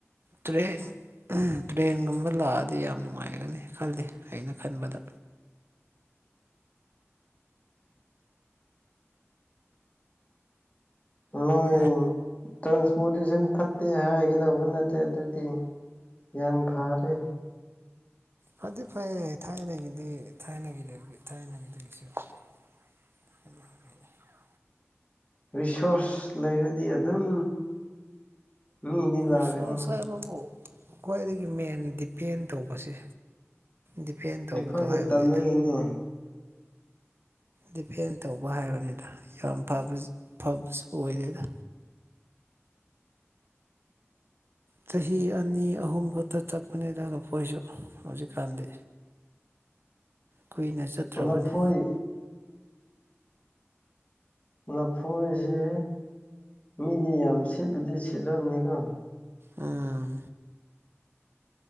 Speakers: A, on the right; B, on the left.
A: ꯇ꯭ꯔꯦ ꯇ꯭ꯔꯦꯟꯒꯨꯝꯕ ꯂꯥꯛꯑꯗꯤ ꯌꯥꯝ ꯅꯨꯡꯉꯥꯏꯒꯅꯤ ꯈꯜꯂꯤ ꯑꯩꯅ ꯈꯟꯕꯗ
B: ꯅꯣꯏ
A: ꯎꯝ
B: ꯇ ꯄꯣꯂꯤꯁꯟ ꯐꯠꯇꯦ ꯍꯥꯏꯒꯗꯧꯕ ꯅꯠꯇꯦ ꯑꯗꯨꯗꯤ ꯌꯥꯝ ꯐꯔꯦ
A: ꯐꯗꯤꯦ ꯐꯩ ꯊꯥꯏꯅꯒꯤꯗꯤ ꯊꯥꯏꯅ ꯊꯥꯏꯁꯨ <unintelligible>
B: ꯔꯤꯁꯣꯔꯁ ꯂꯩꯔꯗꯤ ꯑꯗꯨꯝ ꯃꯤꯗꯤ ꯂꯥꯛꯒꯅꯤꯅꯦ
A: ꯔꯤꯁꯣꯔꯁ ꯍꯥꯏꯕꯕꯨ ꯈ꯭ꯋꯥꯏꯗꯒꯤ ꯃꯦꯟ ꯗꯤꯄꯦꯟ ꯇꯧꯕꯁꯦ ꯗꯤꯄꯦꯟ ꯇꯧꯕꯗꯣ
B: ꯑꯩꯈꯣꯏꯅ
A: ꯍꯥꯏꯕꯅꯤꯗ
B: ꯇꯝꯃꯨꯏꯅꯦ
A: ꯗꯤꯄꯦꯟ ꯇꯧꯕ ꯍꯥꯏꯕꯅꯤꯗ ꯌꯥꯝ ꯐꯕꯁꯨ ꯑꯣꯏꯗꯦꯗ ꯆꯍꯤ ꯑꯅꯤ ꯑꯍꯨꯝ ꯈꯛꯇ ꯆꯠꯄꯅꯦ ꯑꯗꯨꯒꯄꯣꯏꯁꯨ ꯍꯧꯖꯤꯛꯀꯥꯟꯗꯤ ꯀꯨꯏꯅ ꯆꯠꯇ꯭ꯔꯕꯅꯤ
B: ꯂꯐꯣꯏ ꯂꯐꯣꯏꯁꯦ ꯃꯤꯗꯤ ꯌꯥꯝ ꯁꯦꯠꯄꯗꯤ ꯁꯦꯠꯂꯝꯝꯅꯤꯀꯣ
A: ꯎꯝ